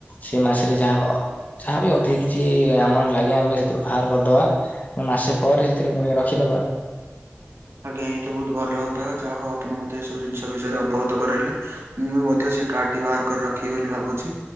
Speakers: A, on the left; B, on the right.
A: ସେଇ ମାସରେ ଯାହା ଅ ଯାହାବି ଅଧିକ କିଛି ଆମାଉଣ୍ଟ ଲାଗିବ ଆମେ ସେଥିରୁ ବାହାର କରିଦବା। ଉଁ ମାସେ ପରେ ସେଥିରେ ପୁଣି ରଖିଦବା।
B: ଆଜ୍ଞା ଏଇତ ବୋହୁତ୍ ଭଲ ଉପାୟ ଯାହା ହୋଉ ଆପଣ ମତେ ଏ ସବୁ ଜିନିଷ ବିଷୟରେ ଅବଗତ କରାଇଲେ। ମୁଁ ବି ମଧ୍ୟ ସେ କାର୍ଡ ଟି ବାହାର କରି ରଖିବି ବୋଲି ଭାବୁଛି